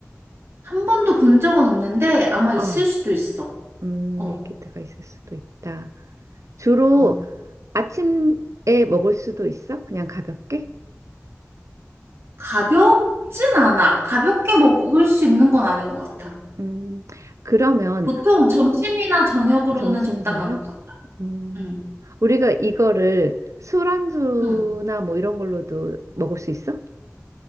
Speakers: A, on the right; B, on the right.
A: 한 번도 본 적은 없는데 아마 있을
B: 어.
A: 수도 있어.
B: 음,
A: 어,
B: 밀키트가 있을 수도 있다. 주로
A: 어.
B: 아침에 먹을 수도 있어? 그냥 가볍게?
A: 가볍진 않아. 가볍게 먹을 수 있는 건 아닌 것 같아.
B: 음, 그러면
A: 보통 점심이나 저녁으로는
B: 점심
A: 적당한
B: 저녁?
A: 것 같아.
B: 음,
A: 응,
B: 우리가 이거를 술안주나
A: 응.
B: 뭐 이런 걸로도 먹을 수 있어?